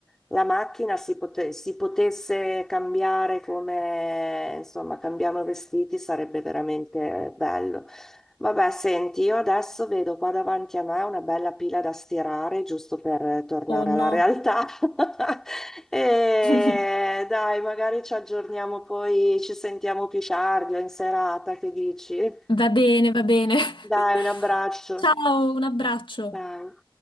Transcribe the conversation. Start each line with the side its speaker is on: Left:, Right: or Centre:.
Centre: la macchina si, pote- si potesse cambiare come, insomma, cambiamo i vestiti, sarebbe veramente bello. Vabbè, senti, io adesso vedo qua davanti a me una bella pila da stirare, giusto per eh, tornare
Left: Oh no.
Centre: alla realtà. <laughs> E
Left: <laughs>
Centre: dai, magari ci aggiorniamo poi, ci sentiamo più tardi o in serata, che dici?
Left: Va bene, va bene.
Centre: Dai, un abbraccio.
Left: <laughs> Ciao, un abbraccio.
Centre: Ciao.